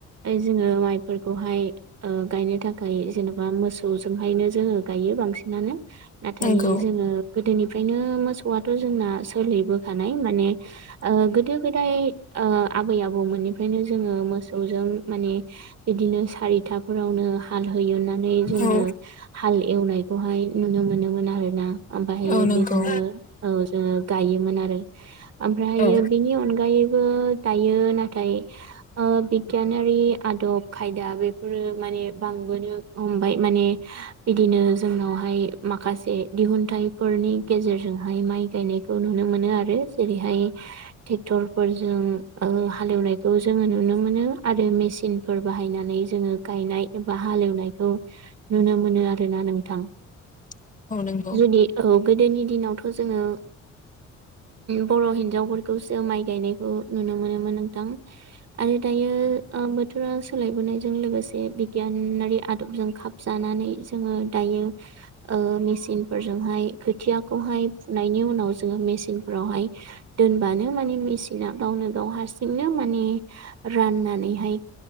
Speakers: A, on the right; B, on the left.
A: जोङो माइ फोरखौहाय गायनो थाखाय जेनेबा मोसौजोंहायनो जोङो गायो बांसिनानो नाथाय
B: नंगौ
A: जोङो गोदोनिफ्रायनो मोसौआथ' जोंना सोलिबो खानाय। माने गोदो गोदाय आबै आबौमोननिफ्रायनो जोङो मोसौजों ओ माने बिदिनो सा रिथाफोरावनो हाल होयोनानै जोङो
B: औ
A: हाल एवनायखौहाय नुनो मोनोमोन आ रोना आफाहाययो
B: औ नंगौ
A: बेजोंनो औ जोङो गायोमोन आरो ओमफ्रायहायो
B: औ
A: बेनि अनगै अनगायैबो दायो नाथाय बिगियानारि आदब खायदा बेफोरो माने बांसिन सबोनो हमबाय माने बिदिनो जोंनावहाय माखासे दिहुनथाइफोरनि गेजेरजोंहाय माइ गायनायखौ नुनो मोनो आरो जेरैहाय टेकटर फोरजों हालेवनायखौ जोङो नुनो मोनो आरो मेसिनफोर बाहायनानै जोङो गायनाय एबा हालेवनायखौ नुनो मोनो आरोना नोंथां।
B: <inaudible> नंगौ
A: जुदि औ गोदोनि दिनावथ' जोङो बर' हिनजावफोरखौसो माइ गायनायखौ नुनो मोनोमोन नोंथां आरो दायो बि बोथोरा सोलायबोनायजों लोगोसे बिगियानारि आदबजों खाबजानानै जो ङो दायो मेसिन फोरजोंहाय खोथियाखौहाय फुनायनि उनाव जोङो मे सिनफोरावहाय दोनबानो माने मेसिना गावनो गाव हारसिंनो माने रान नानैहाय